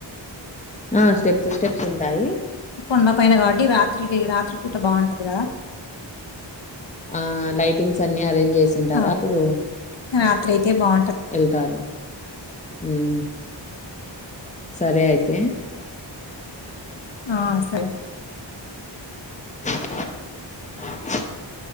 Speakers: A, on the left; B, on the left.
A: ఆ స్టెప్స్ స్టెప్స్ ఉంటాయి
B: కొండపైన కాబట్టి రాత్రి రాత్రి పూట బాగుంటది కదా
A: ఆ లైటింగ్స్ అన్ని అరేంజ్ చేసిఉంటారు
B: ఆ,
A: అప్పుడు
B: రాత్రి అయితే బాగుంటది
A: ఎళ్తారు హ్మ్ సరే అయితే
B: ఆ సరే
A: <unintelligible>